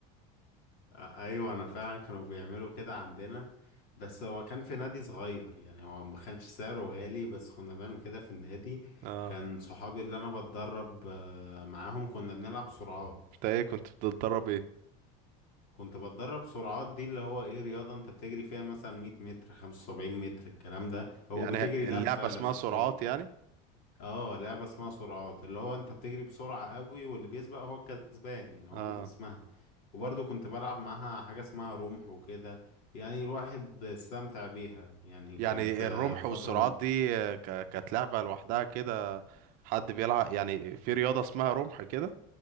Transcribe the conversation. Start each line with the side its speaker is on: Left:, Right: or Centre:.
Left: آه، ايوه انا فعلا كانوا بيعملوا كده عندنا بس هو كان في نادي صغير يعني هو ما كانش سعره غالي بس كنا بنعمل كده في النادي
Right: اه
Left: كان صحابي اللي انا بتدرب آه، معاهم كنا بنلعب سرعات
Right: انت ايه كنت بتتدرب ايه
Left: كنت بتدرب سرعات دي اللي هو ايه رياضة انت بتجري فيها مثلا 100 متر 75 متر الكلام ده او
Right: يعني
Left: بتجري
Right: اللعبة
Left: لفة
Right: اسمها
Left: لفتين
Right: سرعات يعني
Left: اه لعبة اسمها سرعات اللي هو انت بتجري بسرعة قوي واللي بيسبق هو الكسبان يعني هو
Right: اه
Left: من اسمها وبرضه كنت بلعب معاها حاجة اسمها رمح وكده يعني الواحد استمتع بيها يعني
Right: يعني
Left: كانت آه،
Right: الرمح
Left: فترة
Right: والسرعات
Left: ممتعة
Right: دي آه، ك... كانت لعبة لوحدها كده حد بيلعب يعني في رياضة اسمها رمح كده